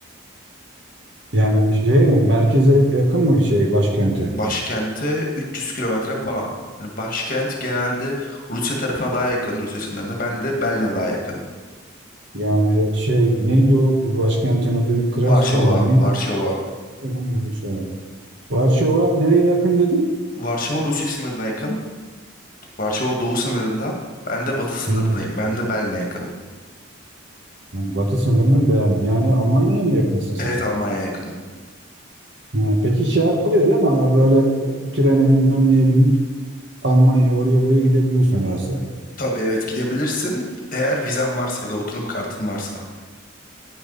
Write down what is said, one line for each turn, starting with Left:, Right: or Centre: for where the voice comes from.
Right: Yani şey mi? Merkeze yakın mı şey başkenti?
Left: Başkente 300 kilometre falan. Yani başkent genelde Rusya tarafına daha yakın Rusya sınırına. Ben de Berlin'e daha yakınım.
Right: Yani şey neydi o başkentin adı? Krasko
Left: Varşova.
Right: mu? Neydi?
Left: Varşova.
Right: Varşova. Varşova nereye yakın dedin?
Left: Varşova Rusya sınırına yakın. Varşova doğu sınırında. Ben de batı sınırındayım.
Right: Hmm,
Left: Ben de Berlin'e yakınım.
Right: Yani batı sınırını beğendim. Yani Almanya'ya mı yakınsın sen?
Left: Evet Almanya'ya yakınım.
Right: Ha, peki şey yapılıyor değil mi? Ha, Böyle trene bilmem neye binip Almanya oraya buraya gidebiliyorsun rahatsız.
Left: Tabii evet gidebilirsin. Eğer vizen varsa ya da oturum kartın varsa.